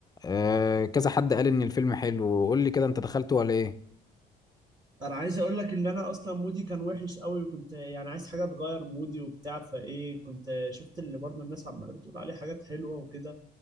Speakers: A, on the left (about 20°); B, on the right (about 25°).
A: آه، كذا حد قال ان الفيلم حلو قول لي كده انت دخلته ولا ايه
B: انا عايز اقول لك ان انا اصلا مودي كان وحش قوي وكنت يعني عايز حاجه تغير مودي وبتاع فايه كنت شفت اللي برضه الناس عماله بتقول عليه حاجات حلوه وكده